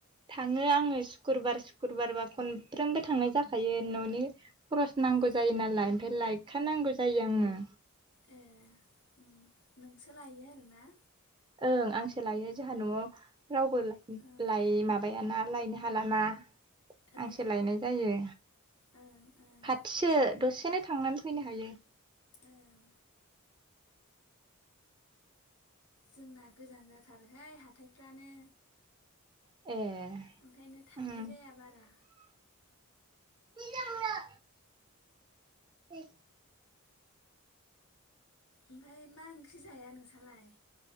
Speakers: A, on the right (about 20°); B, on the left (about 85°).
A: थाङो आङो सुक्रुबार सुक्रुबारबा खनफ्रोमबो थांनाय जाखायो न'नि खरस नांगौ
B: उम
A: जायो नालाय ओमफ्राय लायखा नांगौ जायो आङो।
B: ए ओम नोंसो लायो आरोना?
A: ओं आंसो लायो जाहा न'आव रावबो
B: ओं
A: लाय माबायाना लायनो खालामा
B: ओ
A: आंसो लायनाय जायो
B: ओं ओं
A: खाथिसो दसेनो थांनानै फैनो हायो।
B: ओं। जोंना गोजान जाथारोहाय हाथायफ्रानो
A: ए
B: ओंखायनो थांनाय
A: उम
B: जाया बारा
A: <inaudible> ए
B: ओमफ्राय मा ओंख्रि जाया नोंस्रलाय